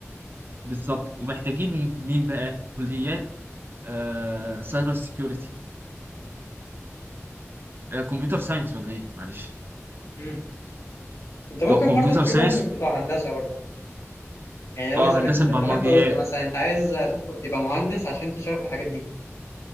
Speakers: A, on the right; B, on the left.
A: بالظبط ومحتاجين مين بقى كليات آه سايبر سيكيورتي آه كمبيوتر ساينس ولا ايه معلش
B: امم انت ممكن
A: بتوع كمبيوتر
B: برضو تجيبهم
A: ساينس
B: من بتوع هندسه برضو يعني لو
A: اه
B: زمان
A: هندسة
B: زي
A: برمجيات
B: ما انت قلت مثلا انت عايز تدخل تبقى مهندس عشان تشتغل في الحاجات دي